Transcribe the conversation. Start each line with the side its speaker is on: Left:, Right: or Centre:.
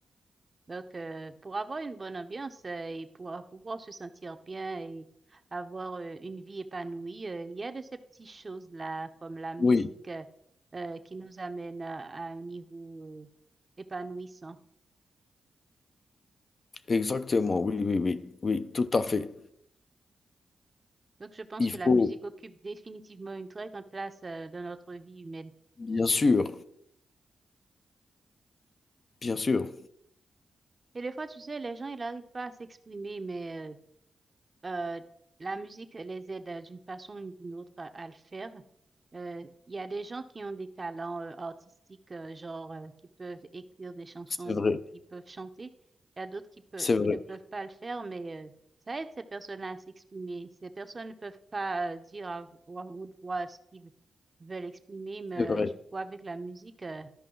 Right: Donc, euh, pour avoir une bonne ambiance euh, et pour euh, pouvoir se sentir bien et avoir euh, une vie épanouie, euh, il y a de ces petites choses-là, comme la musique,
Left: Oui,
Right: euh, euh, qui nous amène à, à un niveau euh, épanouissant.
Left: exactement. Oui, oui, oui. Oui, tout à fait.
Right: Donc, je pense
Left: Il
Right: que la
Left: faut,
Right: musique occupe définitivement une très grande place euh, dans notre vie humaine.
Left: bien sûr, bien sûr.
Right: Et des fois, tu sais, les gens, ils n'arrivent pas à s'exprimer, mais euh, Euh, la musique les aide euh, d'une façon ou d'une autre à, à le faire. Euh, Il y a des gens qui ont des talents euh, artistiques, euh, genre euh, qui peuvent écrire des chansons
Left: C'est
Right: ou
Left: vrai,
Right: qui peuvent chanter. Il y a d'autres qui peuvent,
Left: c'est
Right: qui
Left: vrai,
Right: ne peuvent pas le faire, mais euh, ça aide ces personnes-là à s'exprimer. Ces personnes ne peuvent pas euh, dire à, vo- à haute voix ce qu'ils veulent exprimer, mais
Left: c'est vrai.
Right: euh, du coup, avec la musique, euh,